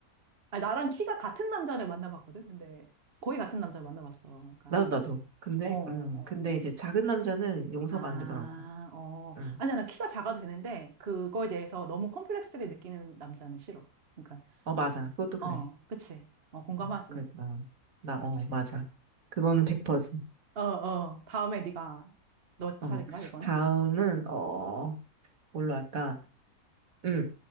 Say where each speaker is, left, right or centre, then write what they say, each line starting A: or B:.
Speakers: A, on the right; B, on the right.
A: 아, 나랑 키가 같은 남자를 만나봤거든? 근데 거의 같은 남자 만나봤어. 그러니까.
B: 나도 나도. 근데
A: 어, 어.
B: 음, 근데 이제 작은 남자는 용서가
A: 아,
B: 안 되더라고.
A: 어.
B: 음.
A: 아니야, 나 키가 작아도 되는데, 그거에 대해서 너무 콤플렉스를 느끼는 남자는 싫어. 그러니까,
B: 어, 맞아. 그것도 그래.
A: 어, 그치. 어, 공감하지.
B: 음, 그래. 나, 나, 어, 맞아. 그거는 100%.
A: 어, 어. 다음에 네가 너 차례인가,
B: 어.
A: 이번에?
B: 다음은 어, 뭘로 할까? 응.